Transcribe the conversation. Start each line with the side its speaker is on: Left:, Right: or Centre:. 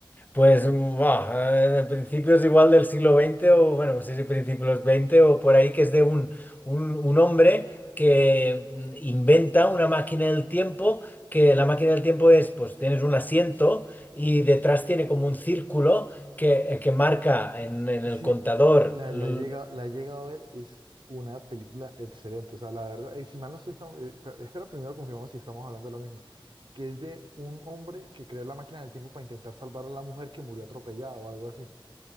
Left: Pues, buah, eh, de principios igual del siglo veinte o, bueno, no sé si principios 20 o por ahí, que es de un, un, un hombre que mm, inventa una máquina del tiempo, que la máquina del tiempo es, pues tienes un asiento y detrás tiene como un círculo que, eh, que marca en, en
Right: Sí,
Left: el contador.
Right: la,
Left: l-
Right: la, llega, la he llegado a ver, es una película excelente, o sea, la verdad, eh, si mal no estoy, estamos, eh, pe- espera, primero confirmamos si estamos hablando de la misma, que es de un hombre que creó la máquina del tiempo para intentar salvar a la mujer que murió atropellada o algo así,